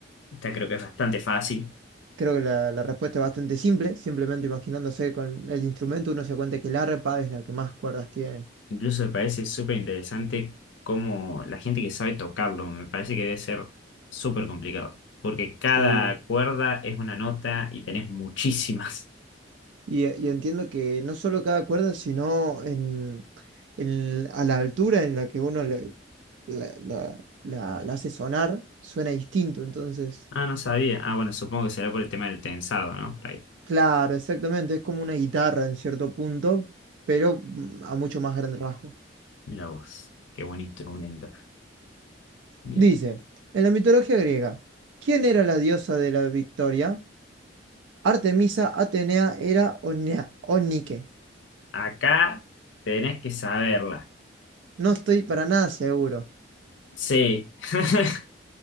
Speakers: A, on the left (about 80°); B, on the right (about 75°).
A: Esta creo que es bastante fácil.
B: Creo que la, la respuesta es bastante simple, simplemente imaginándose con el instrumento uno se da cuenta que el arpa es la que más cuerdas tiene.
A: Incluso me parece súper interesante cómo la gente que sabe tocarlo, me parece que debe ser súper complicado, porque cada
B: Sí,
A: cuerda es una nota y tenés muchísimas. <laughs>
B: Y, y entiendo que no solo cada cuerda, sino en, en- a la altura en la que uno le- la, la- la- la hace sonar, suena distinto. Entonces,
A: Ah, no sabía. Ah, bueno, supongo que será por el tema del tensado, ¿no? Por ahí.
B: claro, exactamente, es como una guitarra en cierto punto, pero mm, a mucho más grande rasgo.
A: Mira vos, qué buen instrumento. Bien.
B: Dice, en la mitología griega, ¿quién era la diosa de la victoria? Artemisa, Atenea era Onea- Onike.
A: Acá tenés que saberla.
B: No estoy para nada seguro.
A: Sí. <laughs>